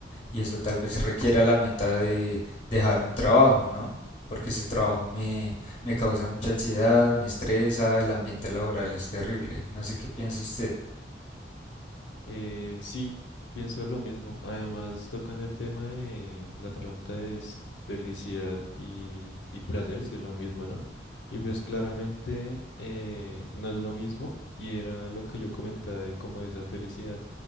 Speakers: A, on the left (about 30°); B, on the left (about 85°).
A: Y eso tal vez requiera la meta de dejar un trabajo, ¿no? Porque ese trabajo me, me causa mucha ansiedad, me estresa, el ambiente laboral es terrible. No sé qué piensa usted.
B: Eh, sí, pienso lo mismo. Además, tocando el tema de la pregunta es felicidad y, y placer, si es lo mismo, ¿no? Y pues claramente eh, no es lo mismo y era lo que yo comentaba de como esa felicidad